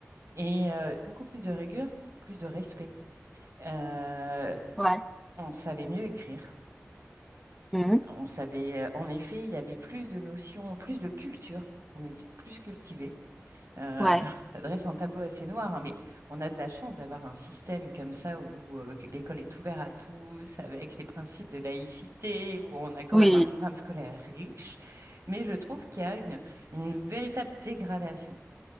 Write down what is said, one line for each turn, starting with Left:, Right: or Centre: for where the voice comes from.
Right: Et euh, beaucoup plus de rigueur, beaucoup plus de respect. Euh,
Centre: Ouais,
Right: on savait mieux écrire.
Centre: Mhm.
Right: On savait, euh, en effet, il y avait plus de notions, plus de culture. On était plus cultivés. Euh,
Centre: ouais,
Right: <laughs> ça dresse un tableau assez noir, hein, mais on a de la chance d'avoir un système comme ça où euh, que l'école est ouverte à tous, avec les principes de laïcité, où on a quand
Centre: oui,
Right: même un programme scolaire riche. Mais je trouve qu'il y a une, une véritable dégradation.